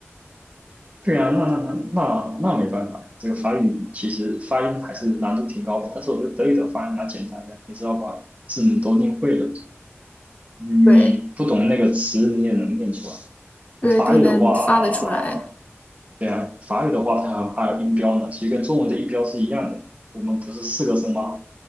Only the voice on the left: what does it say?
<laughs>
对对，
都能发得出来。